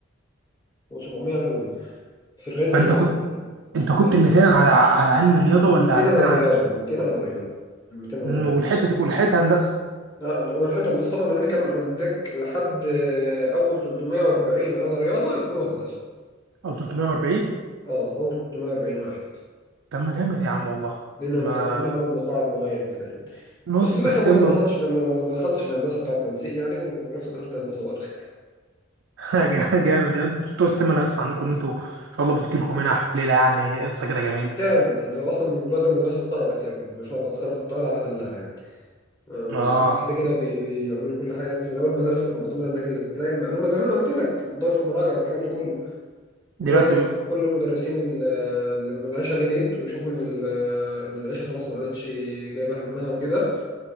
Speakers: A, on the left; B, on the right.
A: و700 علوم في الرينج
B: فانت
A: ده
B: كنت انت كنت
A: يعني
B: 200 على على علم رياضه ولا
A: 200
B: على
A: على
B: 200 على
A: رياضه 200 على رياضه 200 على
B: مم،
A: رياضه
B: ولحقت ولحقت هندسه
A: لا لا والحته هندسه طبعا لان كان عندك لحد آه، اول 340 على رياضه يدخلوا هندسه
B: او 340
A: اه اول 340 واحد
B: طب ما جامد يا عم والله
A: لانهم
B: طب ما
A: بتعمل لنا عدد مقاعد معين كده يعني
B: نص
A: بس في الاخر
B: ستيم
A: برضه ما دخلتش ما ما- ما دخلتش الهندسه بتاع التنسيق يعني ورحت دخلت هندسه برضه
B: <laughs> جامد يعني انتوا بتوع ستيم انا بسمع عنكم ان انتوا ان شاء الله بتجيلكم منح وليله يعني قصه كده جميله
A: كان يعني اصلا دلوقتي المدرسه اتخربت يعني ما شاء الله اتخربت واتقعد على تلها يعني آه، المصريين
B: اه
A: كده كده بي- بيعملوا كل حاجه يعني في الاول المدارس كانت معتمده انك اللي بتلاقي المعلومه زي ما انا قلت لك وبتدور في المراجع والكلام ده كله
B: دلوقتي
A: دلوقتي طبعاً كل المدرسين ال- اللي لما العيشه غليت وشافوا ان ال- ان العيشه خلاص ما عادتش جايبه همها وكده